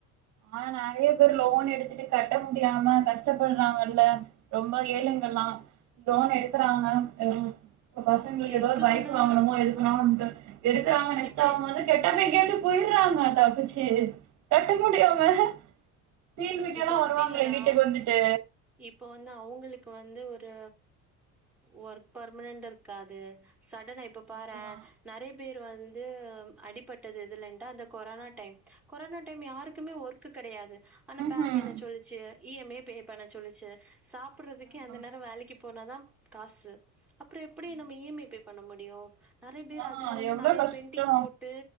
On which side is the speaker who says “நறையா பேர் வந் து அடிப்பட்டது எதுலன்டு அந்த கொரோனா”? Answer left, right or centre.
Centre